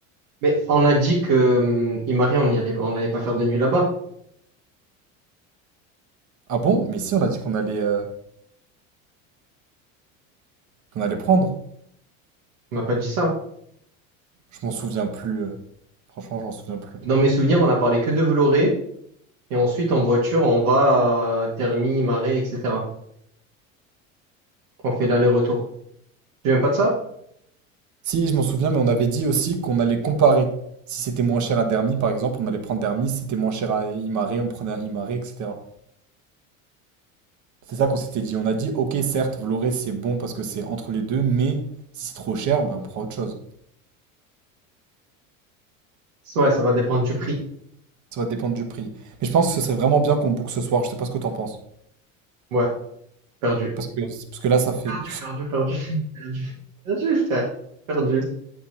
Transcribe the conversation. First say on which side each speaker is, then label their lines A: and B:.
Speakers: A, on the right (about 80°); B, on the right (about 45°).
A: Mais on a dit que hum, Imari, on y allait... on n'allait pas faire de nuit là-bas.
B: Ah bon? Mais si, on a dit qu'on allait, euh, qu'on allait prendre.
A: On n'a pas dit ça.
B: Je m'en souviens plus. euh. Franchement, je m'en souviens plus.
A: Dans mes souvenirs, on a parlé que de Vloré. Et ensuite, en voiture, on va à Dermy, Marais, etc. On fait l'aller-retour. Tu viens pas de ça?
B: Si, je m'en souviens, mais on avait dit aussi qu'on allait comparer. Si c'était moins cher à Dermy, par exemple, on allait prendre Dermy. Si c'était moins cher à Imaré, on prenait à Imaré, etc. C'est ça qu'on s'était dit. On a dit, ok, certes, Vloré, c'est bon parce que c'est entre les deux, mais si c'est trop cher, bah, on prend autre chose.
A: Ouais, ça va dépendre du prix.
B: Ça va dépendre du prix. Mais je pense que ce serait vraiment bien qu'on boucle ce soir. Je sais pas ce que t'en penses.
A: Ouais, perdu.
B: Parce que, parce que là, ça fait.
A: Perdu, perdu, perdu. <laughs> Perdu. Perdu, frère. Perdu.